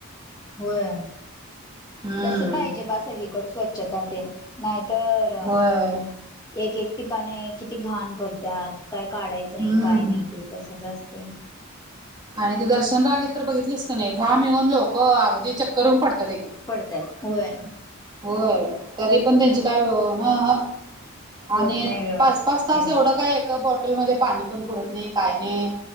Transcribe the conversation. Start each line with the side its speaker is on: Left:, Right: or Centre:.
Left: होय
Right: हम्म
Left: तस पाहिजे बा सगळीकडे स्वच्छता तेन नाहीतर
Right: होय
Left: एक एक ठिकाणी किती घाण करतात काय काढायचं नाही
Right: हम्म
Left: काय नाही ते तसंच असतय
Right: आणि ते दर्शन रांगेत तर बघितलीस का नाही घाम येऊन लोक अगदी चक्कर येऊन पडतात एक एक
Left: होय
Right: होय तरी पण त्यांचे काय ह ह
Left: होत
Right: आणि
Left: नाही व्यवस्थित
Right: पाच पाच तास
Left: तेन.
Right: एवढं काय एका बॉटलमध्ये पाणी पण पुरत नाही काय नाही